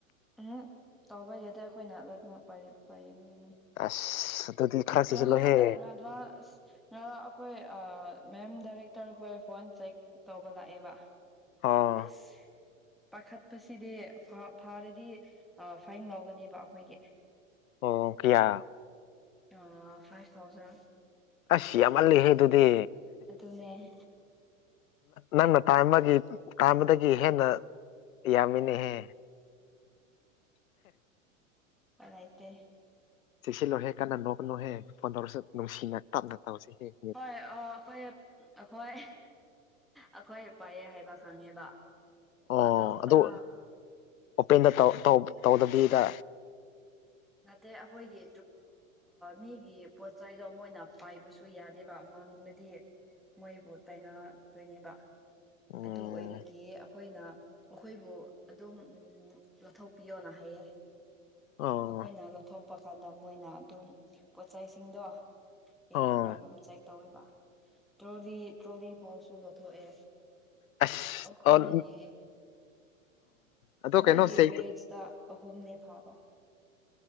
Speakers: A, in the centre; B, on the left.
A: ꯎꯝ ꯇꯧꯕ ꯌꯥꯗ꯭ꯔꯦ ꯑꯈꯣꯏꯅ ꯂꯣꯏꯅ ꯄꯥꯏꯌꯦ ꯄꯥꯢꯌꯦ
B: ꯑꯁ ꯑꯗꯨꯗꯤ ꯈꯔ ꯆꯦꯛꯁꯤꯜꯂꯣꯍꯦ
A: ꯉꯍꯥꯛ ꯉꯗ꯭ꯔ ꯉꯔꯥꯡ ꯑꯈꯣꯏ ꯃꯦꯝ ꯗꯥꯏꯔꯦꯛꯇꯔꯈꯣꯏ ꯐꯣꯟ ꯆꯦꯛ ꯇꯧꯕ ꯂꯥꯛꯑꯦꯕ
B: ꯑꯣ
A: ꯁ ꯄꯈꯠ ꯄꯁꯤ ꯗ ꯐ ꯐꯥꯎꯔꯦ ꯗꯤ ꯐꯥꯏꯝ ꯂꯧꯒꯅꯦꯕ ꯑꯩꯈꯣꯏꯒꯤ
B: ꯑꯣ ꯀꯌꯥ
A: ꯑ ꯐꯥꯏꯚ ꯊꯥꯎꯖꯟ
B: ꯑꯁ ꯌꯥꯝꯃꯜꯂꯤꯍꯦ ꯑꯗꯨꯗꯤ
A: ꯑꯗꯨꯅꯦ
B: ꯅꯪꯅ ꯇꯥꯏꯝ ꯑꯃꯒꯤ ꯇꯥꯏꯃꯗꯒꯤ ꯍꯦꯟꯅ ꯌꯥꯝꯃꯤꯅꯦꯍꯦ
A: ꯂꯩꯇꯦ
B: ꯆꯦꯛꯁꯤꯜꯂꯨꯔꯔꯍꯦ ꯀꯟꯅ ꯅꯣꯛꯀꯅꯣ ꯍꯦ ꯐꯣꯟ ꯇꯧꯔꯁꯨ ꯅꯨꯡꯁꯤꯅ ꯇꯞꯅ ꯇꯧꯁꯤ ꯍꯦ
A: ꯍꯣꯏ ꯑꯣ ꯑꯩꯈꯣꯏ ꯑꯩꯈꯣꯏ ꯑꯩꯈꯣꯏ ꯄꯥꯏꯔꯦ ꯍꯥꯏꯕ ꯈꯪꯉꯦꯕ
B: ꯑꯣ
A: ꯑꯗꯣ
B: ꯑꯗꯨ
A: ꯑ
B: ꯑꯣꯄꯦꯟꯗ ꯇꯧꯗꯕꯤꯗ
A: ꯅꯠꯇꯦ ꯑꯩꯈꯣꯏꯒꯤ ꯃꯤꯒꯤ ꯄꯣꯠꯆ ꯆꯩꯗꯣ ꯃꯣꯏꯅ ꯄꯥꯏꯕꯁꯨ ꯁꯨ ꯌꯥꯗꯦꯕ ꯃꯥꯡꯗꯗꯤ ꯃꯣꯏꯕꯨ ꯇꯥꯏꯅꯗꯣꯏꯅꯦꯕ
B: ꯎꯝ
A: ꯑꯗꯨ ꯑꯣꯏꯕꯒꯤ ꯑꯩꯈ ꯑꯩꯈꯣꯏꯅ ꯑꯩꯈꯣꯏꯕꯨ ꯑꯗꯨꯝ ꯂꯧꯊꯣꯛꯄꯤꯌꯣꯅ ꯍꯥꯏꯌꯦꯦ
B: ꯑꯣ
A: ꯑꯩꯈꯣꯏꯅ ꯂꯧꯊꯣꯛꯄ ꯀꯥꯟꯗ ꯃꯣꯏꯅ ꯑꯗꯨꯝ ꯄꯣꯠꯩꯁꯤꯡꯗꯣ ꯌꯦꯡꯒ
B: ꯑꯣ
A: ꯑꯗꯨꯝ ꯆꯩꯛ ꯇꯧꯋꯦꯕ ꯇ꯭ꯔꯣꯂꯤ ꯇ꯭ꯔꯣꯂꯤ ꯐꯥꯎꯁꯨ ꯂꯧꯊꯣꯛꯑꯦ
B: ꯑꯁ
A: ꯑꯩꯈꯣꯏꯒꯤ
B: ꯑꯣ ꯑꯗꯣ
A: ꯑꯩꯈꯣꯏꯒꯤ
B: ꯀꯩꯅꯣ ꯆꯦꯛ
A: ꯕꯦꯖꯇ ꯑꯍꯨꯝꯅꯦ ꯐꯥꯕ